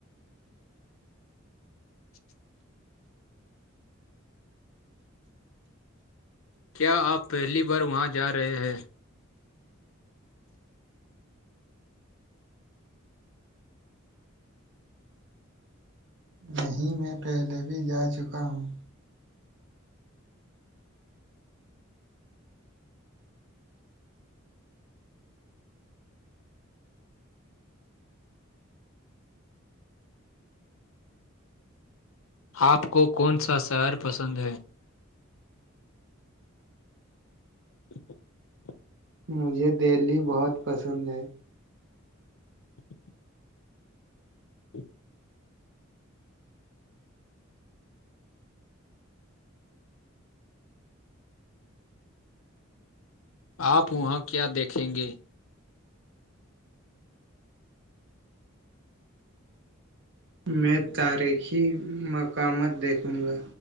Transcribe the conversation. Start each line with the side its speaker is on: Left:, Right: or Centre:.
Left: <unintelligible> کیا آپ پہلی بار وہاں جا رہے ہیں
Right: نہیں میں پہلے بھی جا چکا ہوں
Left: آپ کو کون سا شہر پسند ہے <unintelligible>
Right: مجھے دہلی بہت پسند ہے
Left: <unintelligible> <unintelligible> آپ وہاں کیا دیکھیں گے
Right: میں تاریخی مقامات دیکھوں گا